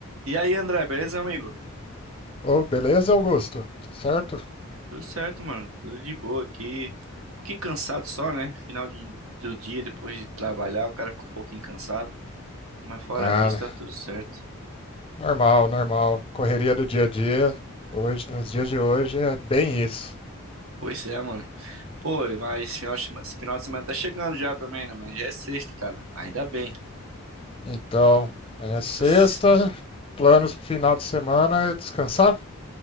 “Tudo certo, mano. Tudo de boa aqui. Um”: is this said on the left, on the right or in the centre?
Right